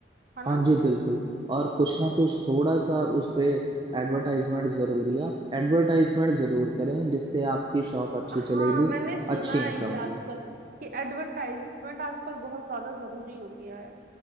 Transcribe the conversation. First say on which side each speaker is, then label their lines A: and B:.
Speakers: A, on the right; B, on the right.
A: है
B: हाँ
A: ना
B: जी बिल्कुल और कुछ ना कुछ थोड़ा सा उस पे एडवर्टाइजमेंट जरूरी है आप एडवर्टाइजमेंट जरूर करें जिससे आपकी शॉप अच्छी
A: हाँ
B: चलेगी
A: मैंने सुना
B: अच्छी इनकम
A: है ये
B: होगी
A: आजकल कि एडवर्टाइजमेंट आजकल बहुत ज्यादा जरूरी हो गया है